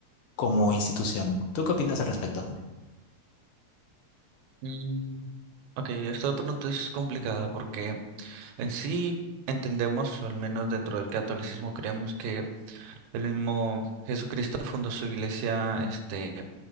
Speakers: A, on the left; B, on the right.
A: como institución. ¿Tú qué opinas al respecto?
B: Mm, ok, esta pregunta es complicada porque en sí entendemos, o al menos dentro del catolicismo creemos que el mismo Jesucristo fundó su iglesia, este,